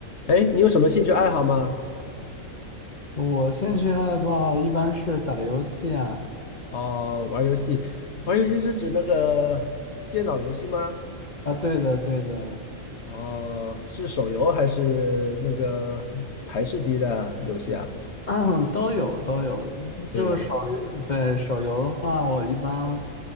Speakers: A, on the left; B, on the left.
A: 哎，你有什么兴趣爱好吗？
B: 我兴趣爱好一般是打游戏啊，
A: 哦，玩儿游戏，玩儿游戏是指那个电脑游戏吗？
B: 啊，对的，对的，
A: 哦，是手游还是那个台式机的游戏啊？
B: <clears throat> 都有都有，
A: 都有。
B: 就是手游，对，手游的话，我一般